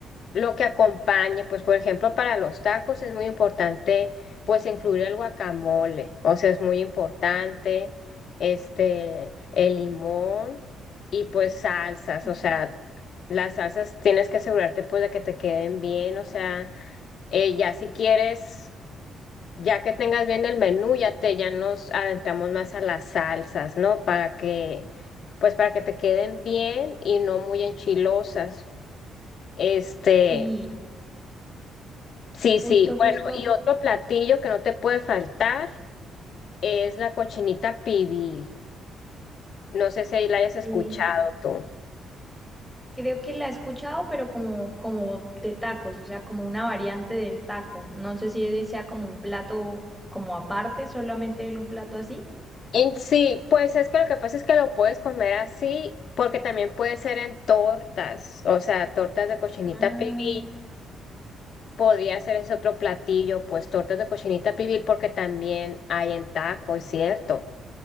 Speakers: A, on the left; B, in the centre.
A: lo que acompañe, pues por ejemplo para los tacos es muy importante pues incluir el guacamole, o sea, es muy importante este, el limón y pues salsas,
B: Ok.
A: o sea, las salsas tienes que asegurarte pues de que te queden bien, o sea, eh, ya si quieres... Ya que tengas bien el menú, ya te, ya nos adentramos más a las salsas, ¿no? Para que, pues para que te queden bien y no muy enchilosas. Este,
B: Sí,
A: sí,
B: justo,
A: sí. Bueno,
B: justo.
A: y otro platillo que no te puede faltar es la cochinita pibil. No sé si ahí la hayas escuchado
B: eh,
A: tú.
B: creo que la he escuchado, pero como, como de tacos, o sea, como una variante del taco. No sé si ese sea como un plato como aparte, solamente el- un plato así.
A: En sí, pues es que lo que pasa es que lo puedes comer así, porque también puede ser en tortas, o sea, tortas de cochinita
B: Ah.
A: pibil Podría ser ese otro platillo, pues tortas de cochinita pibil, porque también hay en taco, es cierto.